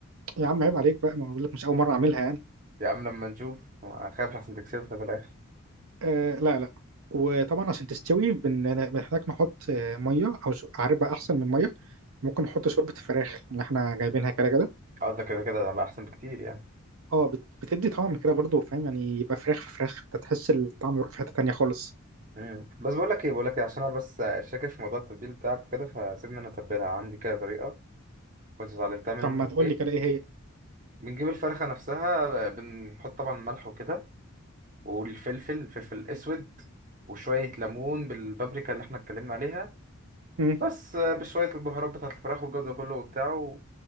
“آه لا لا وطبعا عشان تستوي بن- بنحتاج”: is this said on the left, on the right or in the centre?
Right